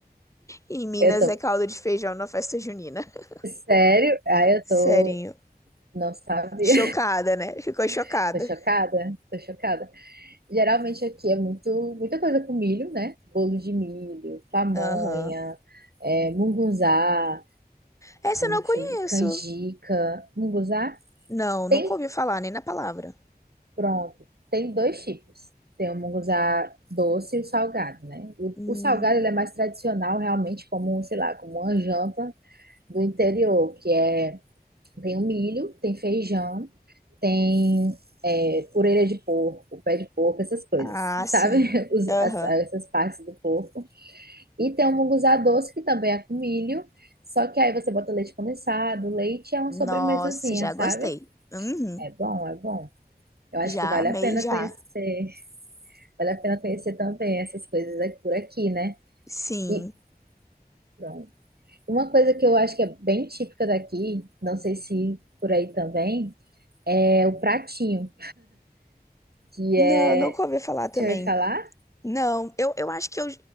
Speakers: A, on the left (about 20°); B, on the right (about 75°).
A: Em Minas
B: Eu tô,
A: é caldo de feijão na festa junina. <laughs>
B: sério? Ah, eu
A: Serinho.
B: tô, não sabia.
A: Chocada, né? Ficou chocada.
B: <laughs> Tô chocada, tô chocada. Geralmente aqui é muito, muita coisa com milho, né? Bolo de milho, pamonha,
A: Aham.
B: é, mungunzá,
A: Essa eu não conheço.
B: deixa eu ver, canjica. Mungunzá
A: Não, nunca
B: tem,
A: ouvi falar nem na palavra.
B: pronto, tem dois tipos. Tem o mungunzá doce e o salgado, né? O,
A: Hum,
B: o salgado ele é mais tradicional, realmente, como, sei lá, como uma janta do interior, que é, tem o milho, tem feijão, tem é, orelha de porco, pé de porco, essas coisas,
A: Ah, sim.
B: sabe? <laughs> Os-
A: Aham.
B: as- essas partes do porco. E tem o munguzá doce, que também é com milho. Só que aí você bota leite condensado, leite é uma
A: Nossa,
B: sobremesazinha,
A: já
B: sabe?
A: gostei. Uhum.
B: É bom, é bom. Eu acho
A: Já
B: que vale
A: amei,
B: a pena
A: já.
B: conhecer, vale a pena conhecer também essas coisas aqui- por aqui, né?
A: Sim.
B: E pronto. Uma coisa que eu acho que é bem típica daqui, não sei se por aí também, é o pratinho, que
A: Não,
B: é,
A: nunca ouvi falar também.
B: deixa eu ver falar?
A: Não, eu, eu acho que eu.